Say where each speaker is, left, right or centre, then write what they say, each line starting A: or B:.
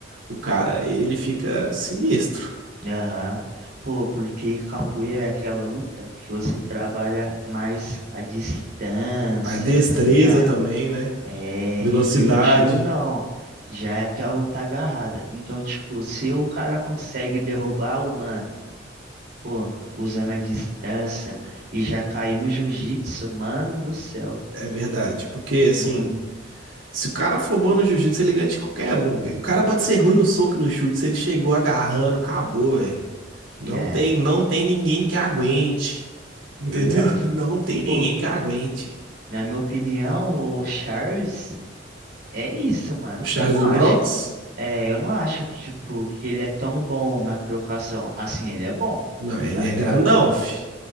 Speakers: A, on the right (about 85°); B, on the right (about 55°).
A: o cara, ele fica sinistro.
B: Aham. Pô, porque capoeira é aquela luta que você trabalha mais à distância,
A: A destreza
B: tá ligado?
A: também, né?
B: É,
A: Velocidade,
B: e o Gil não. Já é aquela luta agarrada. Então, tipo, se o cara consegue derrubar o mano, pô, usando a distância e já cair no jiu-jitsu, mano do céu.
A: é verdade. Porque assim.
B: Hum,
A: Se o cara for bom no jiu-jitsu, ele ganha de qualquer um, velho. O cara pode ser ruim no soco e no chute, se ele chegou agarrando, acabou, velho. Não
B: é,
A: tem, não tem ninguém que aguente. Entendeu?
B: verdade.
A: <laughs> Não tem ninguém
B: Pô,
A: que aguente.
B: na minha opinião, o Charles é isso, mano.
A: O Charles
B: Eu não
A: do
B: acho.
A: Bronx?
B: É, eu não acho que, tipo, que ele é tão bom na trocação Assim, ele é bom,
A: Não, ele
B: tá
A: é
B: ligado?
A: grandão, fi.